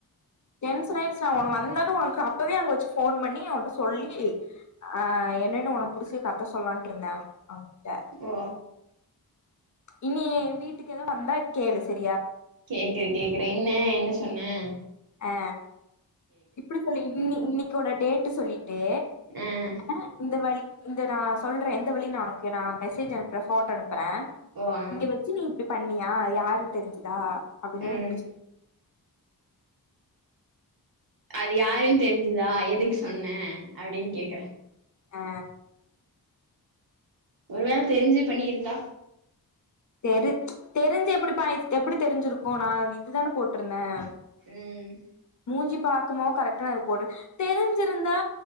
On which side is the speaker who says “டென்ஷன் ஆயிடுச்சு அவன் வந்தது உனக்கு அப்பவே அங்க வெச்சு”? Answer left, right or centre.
Left